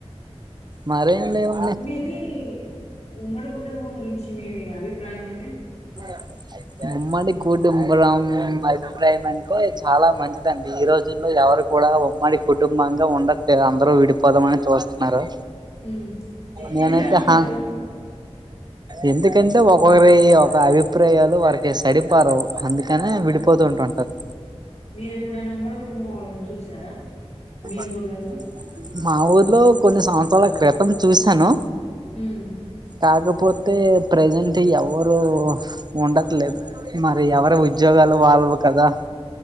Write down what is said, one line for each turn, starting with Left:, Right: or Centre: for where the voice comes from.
Right: మరేం లేవు
Left: మీది ఉమ్మడి కుటుంబం గురించి మీవి అభిప్రాయం అండి
Right: <inaudible> ఉమ్మడి కుటుంబ్రం అభిప్రాయం అంటే చాలా మంచిదండి ఈ రోజుల్లో ఎవరు కూడా ఉమ్మడి కుటుంబంగా ఉండట్లేదు అందరూ విడిపోదామని చూస్తున్నారు
Left: హ్మ్. ఎ
Right: నేనైతే
Left: ఎందుకని అంటారు
Right: హా ఎందుకంటే ఓకక్రి ఒక అభిప్రాయాలు వారికి సడిపరవు అందుకనే విడిపో పోతుంట ఉంటారు
Left: మీరు ఎప్పుడైనా ఉమ్మడి కుటుంబం వాళ్ళని చూసారా మీ
Right: <unintelligible>
Left: ఊర్లలో
Right: మా ఊర్లో కొన్ని సంవత్సరాల క్రితం చూశాను
Left: హమ్
Right: కాకపోతే ప్రజెంట్ ఎవరు ఉండట్లేదు మరి ఎవరి ఉద్యోగాలు వాళ్ళవి కదా